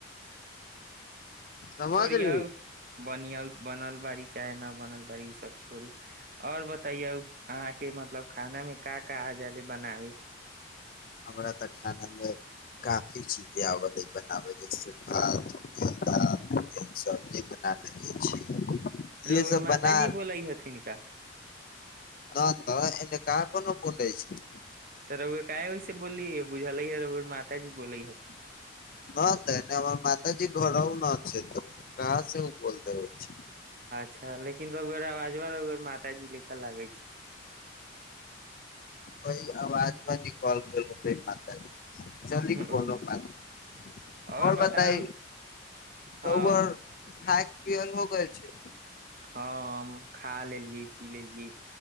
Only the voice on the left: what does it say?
समझली
हमरा तऽ खाना मे काफी चीजे आवअ लै बनावे जैसे भात दाल सब्जी बना लेले छी इहे
सब
बना
न तऽ एने कहा कोनो बेलै छै
न त हमर मातजी घरहु ना छथि कहाँ से उऽ बैल देबइ छै
कई अवाजमे निकल गेल होतै मात जी जेना चली कोनो
बात आओर
बताइ
रौअर खाइ केहेन हो गेल छै